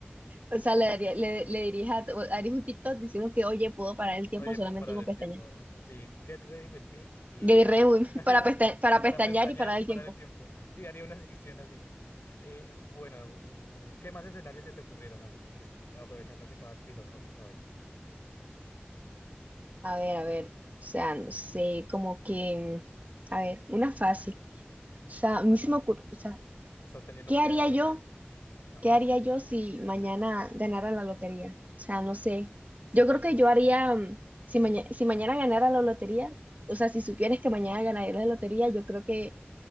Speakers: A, on the right; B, on the left.
A: O sea, le daría, le, le diría, harías un TikTok diciendo que, oye, puedo parar el tiempo
B: Oye,
A: solamente
B: puedo parar
A: con
B: el
A: pestañear.
B: tiempo. Así, get ready with me y
A: Le diré,
B: haría,
A: uy,
B: <laughs>
A: <laughs>
B: haría-
A: para, pesta- para
B: para
A: pestañear
B: pestañear
A: y parar
B: y
A: el
B: parar
A: tiempo.
B: el tiempo. Sí, haría una <laughs> sección así. Eh, bueno, mm, ¿qué más escenarios se te ocurrieron así? Que est- Aprovechando que estabas filosófica hoy.
A: A ver, a ver. O sea, no sé, como que, mm, a ver, una fácil. O sea,
B: Ah, bueno.
A: a mí se me ocurre, o sea
B: Estás teniendo
A: ¿Qué
B: piedad,
A: haría yo?
B: ok. Ajá.
A: ¿Qué haría yo si mañana ganara la lotería? O sea, no sé.
B: Sí,
A: Yo
B: mañana.
A: creo que yo haría, mm, si, maña- si mañana ganara la lotería, o sea, si supieras que mañana ganaría la lotería, yo creo que